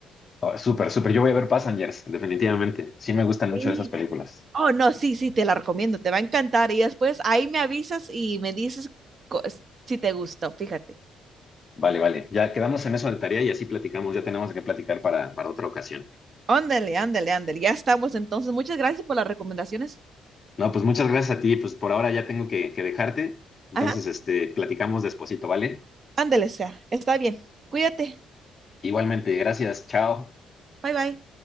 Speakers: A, on the left (about 25°); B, on the right (about 30°).
A: Oh, súper, súper. Yo voy a ver Passengers, definitivamente. Sí me gustan mucho
B: Sí.
A: esas películas.
B: Oh, no, sí, sí, te la recomiendo, te va a encantar. Y después ahí me avisas y me dices co- si te gustó, fíjate.
A: Vale, vale. Ya quedamos en eso de tarea y así platicamos. Ya tenemos que platicar para, para otra ocasión.
B: Ándale, ándale, ándale. Ya estamos entonces. Muchas gracias por las recomendaciones.
A: No, pues muchas gracias a ti. Pues por ahora ya tengo que, que dejarte. Entonces,
B: Ajá,
A: este, platicamos despuesito, ¿vale?
B: ándale, sea. Está bien. Cuídate.
A: Igualmente, gracias. Chao.
B: Bye, bye.